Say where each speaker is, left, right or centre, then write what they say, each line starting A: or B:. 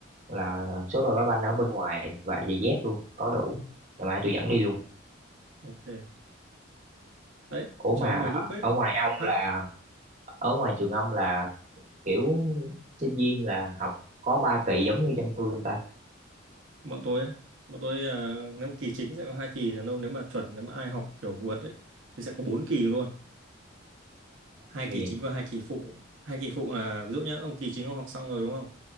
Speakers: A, on the right (about 35°); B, on the right (about 75°).
A: hoặc là số đồ đá banh ở bên ngoài và giày dép luôn có đủ ngày mai tôi dẫn đi luôn
B: ok đấy
A: ủa
B: trường
A: mà
B: ông nhiều nữ phết
A: ở ngoài ông
B: hả
A: là ở ngoài trường ông là kiểu sinh viên là học có ba kỳ giống như trong tôi không ta?
B: bọn tôi á, bọn tôi ờ, nếu kỳ chính sẽ có hai kỳ còn nếu mà chuẩn nếu mà ai học kiểu vượt ấy thì sẽ có bốn kỳ luôn hai
A: ghê
B: kỳ
A: vậy
B: chính và hai kỳ phụ hai kỳ phụ là ví dụ nhé ông kỳ chính ông học xong rồi đúng không